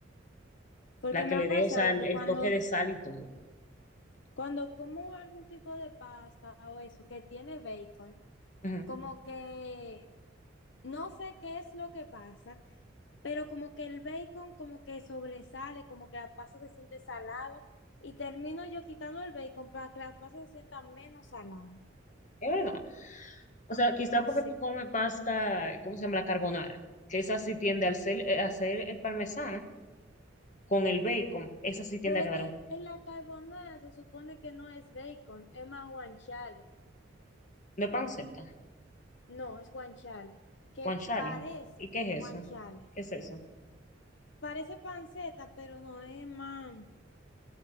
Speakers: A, on the left (about 65°); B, on the left (about 40°).
A: Porque
B: La
A: me
B: que
A: ha
B: le
A: pasado
B: dé, o sea, el,
A: que
B: el
A: cuando,
B: toque de sal y todo.
A: cuando como algún tipo de pasta o eso que tiene bacon,
B: Ujú.
A: como que no sé qué es lo que pasa, pero como que el bacon como que sobresale, como que la pasta se siente salada y termino yo quitando el bacon para que la pasta se sienta menos salada.
B: Es verdad. O sea, quizá
A: Sí.
B: porque tú comes pasta, ¿cómo se llama? La carbonara. Que esa sí tiende al ser- eh, a hacer el parmesano con el bacon. Esa sí tiende
A: Pero
B: a
A: es
B: quedar
A: que
B: un poquito.
A: en la carbonara se supone que no es bacon, es más guanciale
B: No es panceta,
A: No, es guanciale que
B: guanciale.
A: parece
B: ¿Y qué es
A: guanciale
B: eso? ¿Qué es eso?
A: Parece panceta, pero no es más.